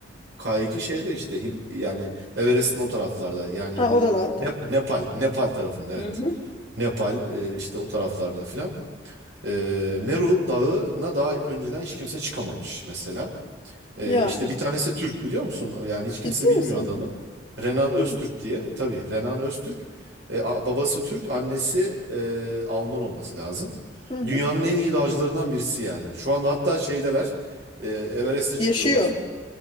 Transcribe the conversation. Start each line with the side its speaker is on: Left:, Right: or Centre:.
Right: K2 şeyde işte Him- yani Everest'in o taraflarda yani
Left: Ha
Right: bu
Left: oralardan.
Right: Nep- Nepal Nepal tarafında evet.
Left: Hı hı.
Right: Nepal e, işte o taraflarda filan. E, Meru Dağı'na daha önceden hiç kimse çıkamamış mesela. Ee,
Left: Ya
Right: işte bir tanesi Türk biliyor musun? Yani hiç kimse
Left: ciddi
Right: bilmiyor
Left: misin?
Right: adamı. Renan
Left: Hmm.
Right: Öztürk diye. Tabii Renan Öztürk. Ee, a- babası Türk, annesi e, Alman olması lazım.
Left: Hı hı.
Right: Dünyanın en iyi dağcılarından birisi yani. Şu anda hatta şeydeler. E, Everest'e çıkıyorlar.
Left: Yaşıyor.